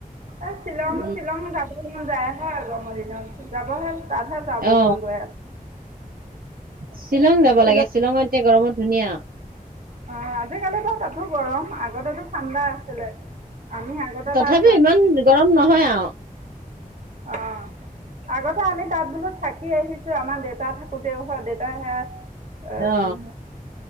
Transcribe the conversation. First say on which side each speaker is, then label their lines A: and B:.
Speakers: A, on the right; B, on the right.
A: এ শ্বিলং
B: উম
A: শ্বিলং যাব মন যায়। হে গৰমৰ দিনত যাব হে তাতহে যাব
B: অ
A: মন গৈ আছে।
B: শ্বিলং যাব
A: শ্বিলং
B: লাগে, শ্বিলঙত এতিয়া গৰমত ধুনীয়া।
A: অঁ আজিকালি বাৰু তাতো গৰম আগতেতো ঠাণ্ডা আছিলে আমি আগতে
B: তথাপিও
A: তাত
B: ইমান গৰম নহয় আও।
A: অ', আগতে আমি তাত বোলো থাকি আহিছো, আমাৰ দেতা থাকোতেও হয় দেউতাই সেয়া উম।
B: অ